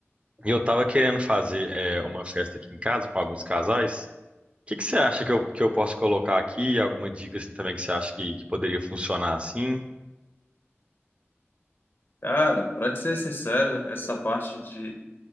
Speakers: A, on the right (about 25°); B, on the left (about 50°).
A: E eu tava querendo fazer é, uma festa aqui em casa com alguns casais. O que que você acha que eu, que eu posso colocar aqui? Alguma dica assim também que você acha que, que poderia funcionar assim?
B: Cara, pra te ser sincero, essa parte de